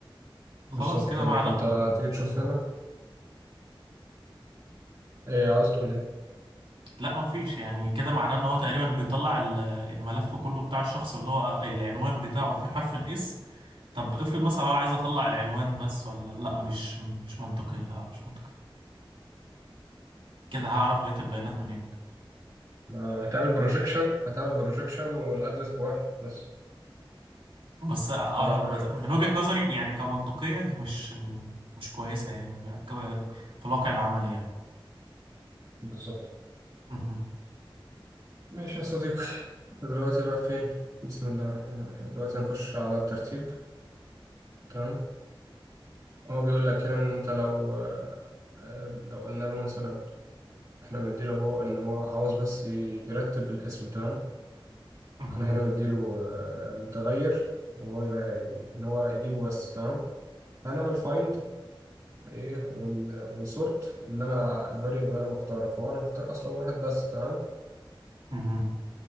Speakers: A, on the right; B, on the right.
A: بالظبط
B: خلاص كده
A: تمام
B: معناه
A: فانت تيجي تشوف
B: مم.
A: هنا ايه عاوز تقول ايه
B: لا ما فيش يعني كده معناه ان هو تقريبا بيطلع ال- الملف كله بتاع الشخص اللي هو العنوان بتاعه فيه حرف الاس طب افرض مثلا انا عايز اطلع العنوان بس ولا لا مش مش منطقي لا، مش منطقي كده هعرف بقية البيانات منين
A: ما هتعمل بروجيكشن هتعمل بروجيكشن والادرس بواحد بس
B: بس انا
A: طلع كل
B: بس
A: القدر
B: من وجهة نظري يعني كمنطقية هي مش مش كويسة يعني ب- ك- في الواقع العملي يعني
A: بالظبط
B: مهم.
A: ماشي يا صديقي دلوقتي بقى فين بسم الله الرحمن الرحيم دلوقتي هنخش على الترتيب تمام هو بيقول لك هنا ان انت لو آه، آه، لو قلنا له مثلا احنا بنديله هو ان هو عاوز بس ي- يرتب الاسم تمام
B: مهم.
A: انا هنا مديله آه، متغير وهو يرا- ان هو يجيبه بس تمام هنعمل فايند ايه ونسورت اللي انا الفاريبل اللي انا مختاره فهو انا مختار اصلا واحد بس تمام
B: مهم.